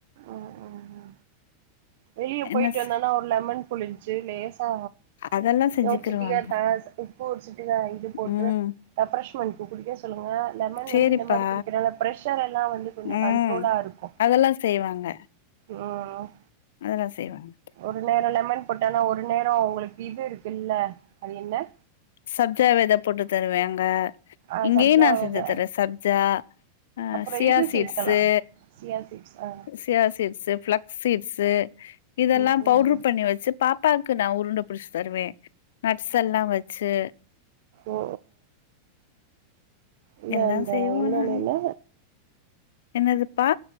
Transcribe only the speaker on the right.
ஆ ஆமா வெளிய போயிட்டு
வந்தனா ஒரு லெமன் புளிஞ்சு லேசா
ஒரு சிட்டிங்க தஸ் உப்பு ஒரு சிட்டிங்க இது போட்டு
ரெஃப்ரஷ்மெண்ட்கு குடிக்க சொல்லுங்க லெமன்
வந்து இந்த மாரி குடிக்கிறனால ஃப்ரெஷர் எல்லா வந்து கொஞ்சோ
கண்ட்ரோலா இருக்கும்
ம்
ஒரு நேரோ லெமன் போட்டானா ஒரு நேரோ உங்களுக்கு இது இருக்குல்ல அது என்ன
ஆ
சப்ஜா
வித
அப்புறோ
இது
சேக்கலா சியா சீட்ஸ் ஆ
ம்
ம்
ஓ இல்ல
அந்த
இன்னன்ன
என்ன